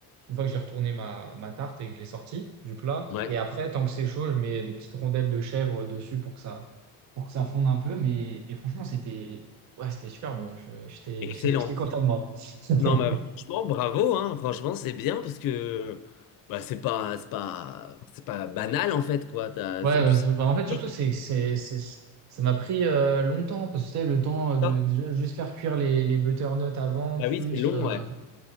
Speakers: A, on the right; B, on the left.
A: une fois que j'ai retourné ma, ma tarte et que je l'ai sortie du plat.
B: ouais,
A: Et après, tant que c'est chaud, je mets des petites rondelles de chèvre dessus pour que ça, pour que ça fonde un peu. Mais et franchement, c'était ouais, c'était super bon. Je- J'étais
B: excellent.
A: <laughs> j'étais content de moi. <laughs>
B: Non, mais franchement, bravo, hein. Franchement, c'est bien parce que bah, c'est pas, c'est pas, c'est pas banal en fait, quoi. T'as-
A: Ouais,
B: Et
A: parce
B: puis c'est
A: que, bah, en fait, surtout,
B: technique,
A: c'est, c'est, c'est, ça m'a pris euh, longtemps, parce que c'était le temps de
B: ça.
A: déjà juste faire cuire les, les butternuts avant,
B: Bah
A: plus.
B: oui, c'est long,
A: euh,
B: ouais.